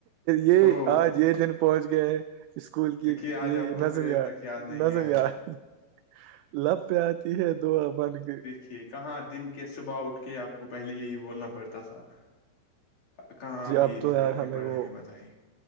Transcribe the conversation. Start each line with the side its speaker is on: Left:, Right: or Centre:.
Right: یہ
Left: ہو
Right: آج یہ دن پہنچ گیا ہے اسکول کی
Left: کہ آج
Right: یہ
Left: آپ کو
Right: نظمیا
Left: پلیئر تک یاد نہیں
Right: نظم
Left: آیا ہے
Right: یاار <unintelligible> لپ آتی ہے دا بن کے <unintelligible>
Left: کہ کہاں دن کے صبح اٹھ کے آپ کو پہلے یہی بولنا پڑتا تھا کہاں
Right: جی
Left: آپ
Right: اب
Left: یہ
Right: تو
Left: دن
Right: یار
Left: دیکھنے
Right: ہمیں
Left: پڑ
Right: وہ
Left: رہے ہیں بتائی